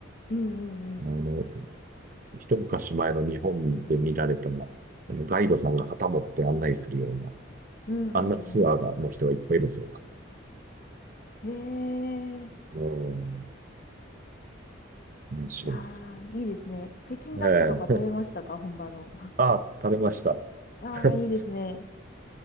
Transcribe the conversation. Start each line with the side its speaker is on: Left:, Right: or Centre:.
Left: うんうんうん。
Right: あの、一昔前の日本で見られたの、あの、ガイドさんが旗持って案内するような、
Left: うんうんうん。
Right: あんなツアーが、の人がいっぱいいるんですよ。
Left: へえ。
Right: うん、面白いですよ。
Left: いやー、いいですね。北京ダックとか食べましたか本場の。
Right: ええ
Left: <laughs>
Right: あ、食べました。
Left: ああ、
Right: <laughs>
Left: いいですね。